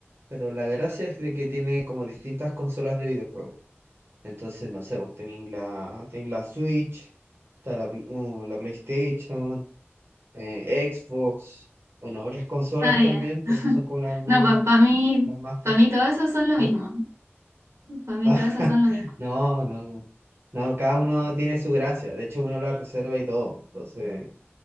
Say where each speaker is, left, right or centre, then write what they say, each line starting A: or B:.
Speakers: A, on the right; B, on the right.
A: pero la gracia es de que tiene como distintas consolas de videojuegos. Entonces, no sé, vos tenéis la, tenéis la Switch, está la, Pl- uh, la PlayStation, eh, Xbox, bueno, otras consolas
B: Ah,
A: también,
B: ya. <laughs>
A: pero esas son como las más,
B: No, para mí,
A: las más,
B: para
A: co-
B: mí todo eso son lo mismo.
A: ¿eh?
B: Para mí
A: <laughs>
B: todas esas son lo mismo.
A: No, no, no, cada uno tiene su gracia, de hecho uno la reserva y todo, entonces,